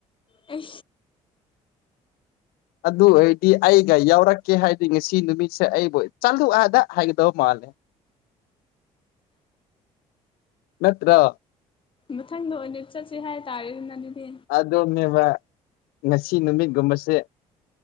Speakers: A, on the left; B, on the left.
A: ꯑ
B: ꯑꯗꯨ ꯑꯣꯏꯔꯗꯤ ꯑꯩꯒ ꯌꯥꯎꯔꯛꯀꯦ ꯍꯥꯏꯗꯤ ꯉꯁꯤ ꯅꯨꯃꯤꯠꯁꯦ ꯑꯩꯕꯨ ꯆꯠꯂꯨ ꯑꯗ ꯍꯥꯏꯗꯧ ꯃꯥꯂꯦ ꯅꯠꯇ꯭ꯔ
A: ꯃꯊꯪꯗ ꯑꯣꯏꯅ ꯆꯠꯁꯤ ꯍꯥꯏꯇꯥꯔꯦ ꯑꯗꯨꯅ ꯑꯗꯨꯗꯤ
B: ꯑꯗꯨꯣꯅꯦꯕ ꯉꯁꯤ ꯅꯨꯃꯤꯠꯒꯨꯝꯕꯁꯦ